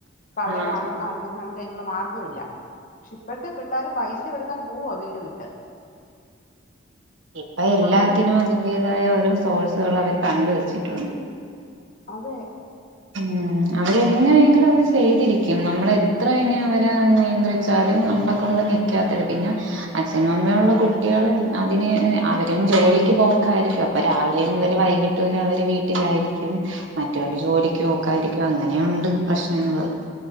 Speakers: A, on the left; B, on the right.
A: അപ്പൊ അവരെ
B: ആഹ്
A: കാണണൊന്ന്
B: ആഹ്
A: ആഗ്രഹിച്ചാ നമുക്ക് അതിനുള്ള മാർഗ്ഗമില്ല ക്ഷെ ഇപ്പോഴത്തെ പിള്ളാര് പൈസ എടുത്തങ് പോവാ വീട് വിട്ട്
B: ഇപ്പൊ എല്ലാത്തിനും
A: അങ്ങനെ
B: അതിന്റെതായ ഓരോ സോഴ്സുകള് അവര് കണ്ട് വെച്ചിട്ടുണ്ട്
A: അതെ
B: ഉം അവരെങ്ങെനെയെങ്കിലും അത് ചെയ്തിരിക്കും നമ്മളെ എത്ര ഇനി അവരെ നിയന്ത്രിച്ചാലും നമ്മളെ കൊണ്ടൊന്നും എ ക്കേ തര് പിന്നെ അച്ഛനും അമ്മയുള്ള കുട്ടികള് അതിന് അവരും ജോലിക്ക് പോക്കായിരിക്കും അപ്പൊ രാവിലെ മുതൽ വൈകി ട്ട് അവര് വീട്ടിലായിരിക്കും മറ്റവര് ജോലിക്ക് ഓക്കായിരിക്കും അങ്ങനെയുണ്ട് പ്രശ്നങ്ങള്